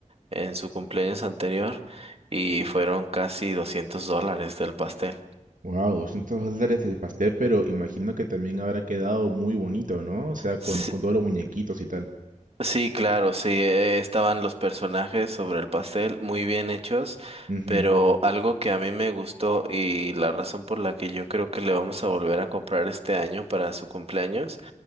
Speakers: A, on the right; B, on the right.
A: en su cumpleaños anterior y fueron casi 200 dólares del pastel.
B: Wow, 200 dólares el pastel, pero imagino que también habrá quedado muy bonito, ¿no? O sea, con,
A: Sí,
B: con todos los muñequitos y tal.
A: sí, claro, sí, eh, estaban los personajes sobre el pastel muy bien hechos,
B: Ujú,
A: pero algo que a mí me gustó y la razón por la que yo creo que le vamos a volver a comprar este año para su cumpleaños